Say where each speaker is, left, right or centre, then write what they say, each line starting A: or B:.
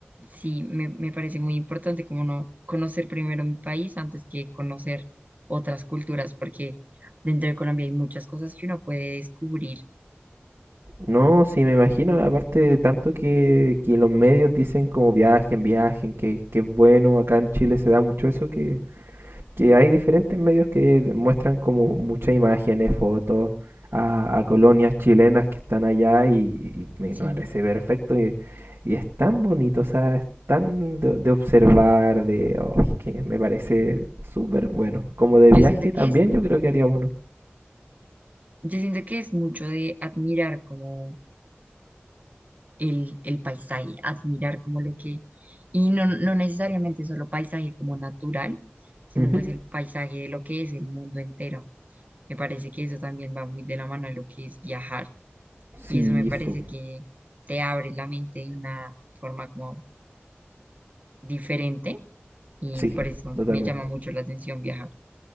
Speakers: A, on the right; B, on the right.
A: sí, me, me parece muy importante como no conocer primero mi país antes que conocer otras culturas, porque dentro de Colombia hay muchas cosas que uno puede descubrir.
B: No, sí, me imagino, aparte de tanto que, que los medios dicen como viajen, viajen, que, que es bueno, acá en Chile se da mucho eso, que, que hay diferentes medios que muestran como muchas imágenes, fotos a, a colonias chilenas que están allá y, y me
A: Sí,
B: parece perfecto y, y es tan bonito, o sea, es tan de, de observar, de... oh, es que me parece súper bueno. Como de
A: yo
B: viaje
A: siento
B: también
A: que es,
B: yo creo que haría uno.
A: yo siento que es mucho de admirar como el, el paisaje, admirar como lo que, y no, no necesariamente solo paisaje como natural, sino
B: Ujú.
A: pues el paisaje de lo que es el mundo entero. Me parece que eso también va muy de la mano a lo que es viajar
B: Sí,
A: y eso me parece
B: su-
A: que te abre la mente de una forma como diferente y
B: sí,
A: por eso
B: totalmente.
A: me llama mucho la atención viajar.